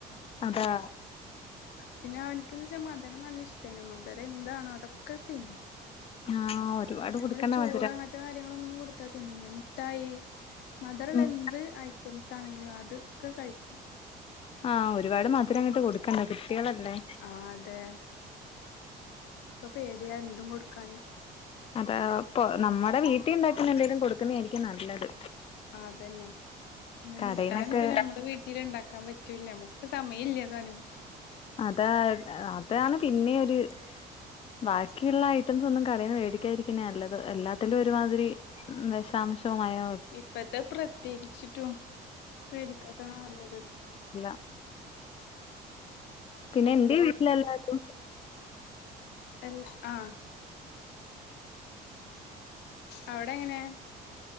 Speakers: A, on the left (about 35°); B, on the left (about 80°).
A: അതാ
B: പിന്നെ അവനക്ക്ന്ന് വെച്ചാ മധുരം നല്ല ഇഷ്ടാണ് മധുരം എന്താണോ അതൊക്കെ തിന്നും
A: ആഹ് ഒരുപാട്
B: നമ്മള്
A: കൊടുക്കണ്ട
B: ചോറ്
A: മധുരം.
B: അങ്ങനത്തെ കാര്യങ്ങളൊന്നും കൊടുത്താ തിന്നില്ല മുട്ടായി മധുരള്ള
A: ഉം
B: എന്ത് ഐറ്റംസ് ആണെങ്കിലും അതൊക്കെ കഴിക്കും
A: ആഹ് ഒരുപാട് മധുരം അങ്ങോട്ട് കൊടുക്കണ്ട കുട്ടികളല്ലേ
B: ആഹ് അതെ ഇപ്പൊ പേടിയാ എന്തും കൊടുക്കാന്.
A: അതാ ഇപ്പൊ നമ്മുടെ വീട്ടിൽ ഉണ്ടാക്കുന്ന എന്തെങ്കിലും കൊടുക്കുന്നെ ആയിരിക്കും നല്ലത്
B: ആ അതന്നെ പിന്നെ
A: കടയിന്നൊക്കെ
B: മുട്ടായിന്നിപ്പന്നെ നമ്മളെ വീട്ടി വീട്ടില് ഉണ്ടാക്കാൻ പറ്റൂല്ല നമ്മുക്കിപ്പം സമയമില്ലതാനും.
A: അതാ അതാണ് പിന്നെ ഒര്. ബാക്കിയുള്ള ഐറ്റംസ് ഒന്നും കടയിന്ന്. മേടിക്കാതിരിക്കുന്നേ നല്ലത് എല്ലാത്തിലും ഒരുമാതിരി. വിഷാംശ മയയു
B: ഇപ്പത്തെ പ്രത്യേകിച്ചിട്ടും മേടിക്കാത്താണ് നല്ലത്
A: അല്ല പിന്നെ എന്റെ വീട്ടിലെല്ലാതോട്.
B: എൽ ആഹ് അവിടെ എങ്ങനെയാ